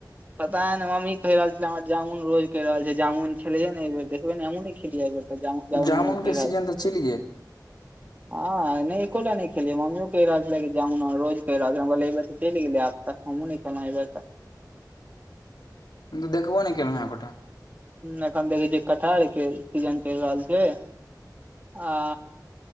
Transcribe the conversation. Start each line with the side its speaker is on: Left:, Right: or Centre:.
Right: पता नैय मम्मी कहि रहल छलै, हमर जामुन रोज कहि रहल छैय जामुन खेलैए ने एक बेर देखबै नैय हमहुं नैय खेलियै एहिबेर तऽ जामुन जामुन
Left: जामुनके
Right: मम्मी कह रहल
Left: सीजन
Right: छलै।
Left: तऽ चलि गेल
Right: हां, नैय एकोटा नैय खेलियै मम्मीयौ कहि रहल छलै जामुन रोज कहि रहल छल हम कहलियै एहिबेर चलि गेलै आब त हमहुं नैय खेलहु एहिबार तऽ
Left: हम-त देखबो नेैय केलहु हाँ एकोटा
Right: नैय अखन देखे छियै कटहर के सीजन चलि रहल छैय। आ